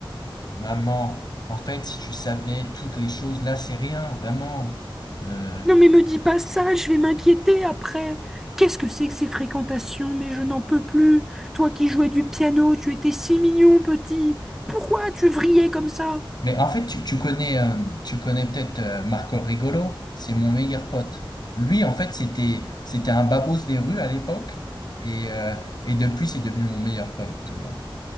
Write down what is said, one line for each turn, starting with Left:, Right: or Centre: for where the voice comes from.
Left: Maman, en fait, si tu savais toutes les choses, là, c'est rien, vraiment. Euh,
Centre: Non mais me dis pas ça, je vais m'inquiéter après. Qu'est-ce que c'est que ces fréquentations? Mais je n'en peux plus. Toi qui jouais du piano, tu étais si mignon, petit. Pourquoi tu vrillais comme ça?
Left: mais en fait, tu, tu connais, euh, tu connais peut-être euh, Marco Rigolo, c'est mon meilleur pote. Lui, en fait, c'était, c'était un babos des rues à l'époque, et, euh, et depuis, c'est devenu mon meilleur pote, tu vois.